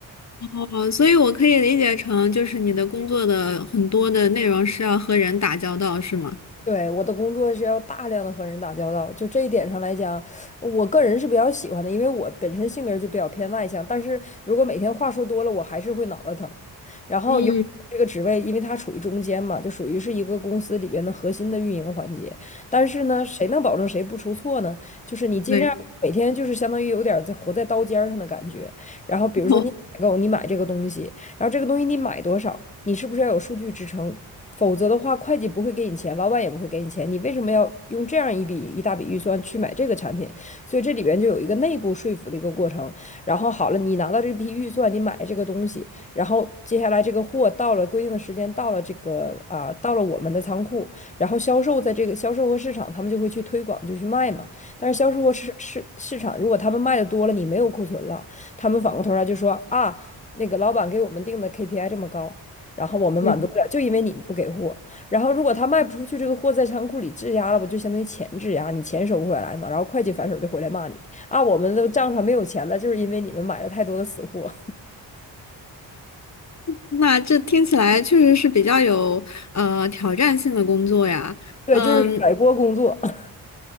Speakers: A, on the left; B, on the left.
A: 哦，所以我可以理解成，就是你的工作的很多的内容是要和人打交道，是吗？
B: 对，我的工作是要大量的和人打交道，就这一点上来讲，我个人是比较喜欢的，因为我本身性格就比较偏外向，但是如果每天话说多了，我还是会脑袋疼。然后有这个职位，
A: 嗯，
B: 因为它处于中间嘛，就属于是一个公司里边的核心的运营环节。但是呢，谁能保证谁不出错呢？就是你尽量每天就是相当于有点儿在活在刀尖儿上的感觉。
A: 对，
B: 然后比如说你采购，
A: 哦，
B: 你买这个东西。然后这个东西你买多少，你是不是要有数据支撑？否则的话，会计不会给你钱，老板也不会给你钱，你为什么要用这样一笔一大笔预算去买这个产品？所以这里边就有一个内部说服的一个过程。然后好了，你拿到这批预算，你买了这个东西，然后接下来这个货到了规定的时间，到了这个啊、呃到了我们的仓库，然后销售在这个销售和市场，他们就会去推广，就去卖嘛。但是销售和市市市场，如果他们卖的多了，你没有库存了，他们反过头来就说啊，那个老板给我们定的 KPI 这么高，然后我们满足不了，
A: 嗯，
B: 就因为你不给货。然后如果他卖不出去，这个货在仓库里质押了，不就相当于钱质押，你钱收不回来嘛？然后会计反手就回来骂你啊，我们的账上没有钱了，就是因为你们买了太多的死货。
A: 那这听起来确实是比较有呃挑战性的工作呀。
B: 对，
A: 嗯，
B: 就是甩锅工作，<laughs>